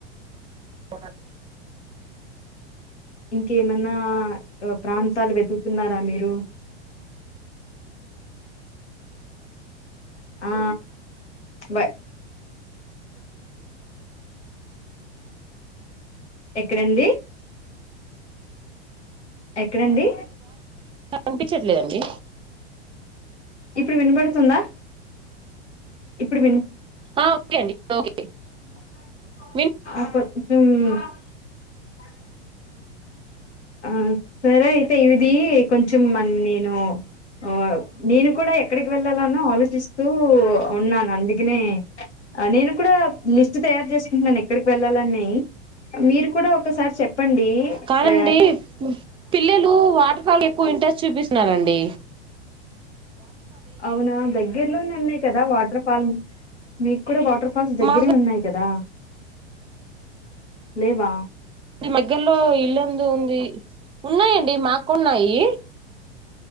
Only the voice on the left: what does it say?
ఇంక్ ఏమన్నా ప్రాంతాలు వెతుకుతున్నారా మీరు ఆ బయ్ ఎక్కడండి ఎక్కడండి
ఇప్పుడు వినబడుతుందా ఇప్పుడు
అ
ఆ సరే అయితే ఇవది కొంచెం మన నేను ఆ నేను కూడా ఎక్కడికి వెళ్ళాలనో ఆలోచిస్తూ ఉన్నాను అందుక్ నే ఆ నేను లిస్ట్ తయారు చేసుకుంటున్నాను ఎక్కడికి వెళ్ళాలని మీరు కూడా ఒకసారి చె చెప్పండి
ఏ
అవునా దగ్గరలోనే ఉన్నాయి కదా వాటర్ ఫాల్ మీకు కూడా వాటర్ ఫాల్స్ దగ్గరే
ఉన్నాయి కదా లేవా